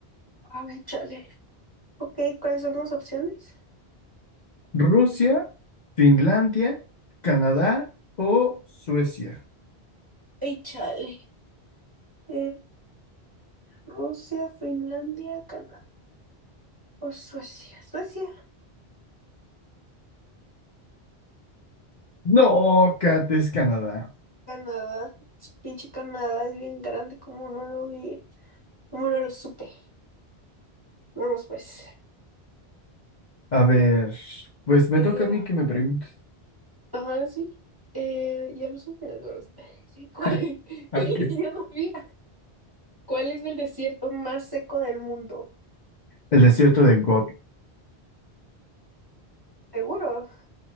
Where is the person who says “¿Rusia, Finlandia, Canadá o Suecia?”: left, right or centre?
Left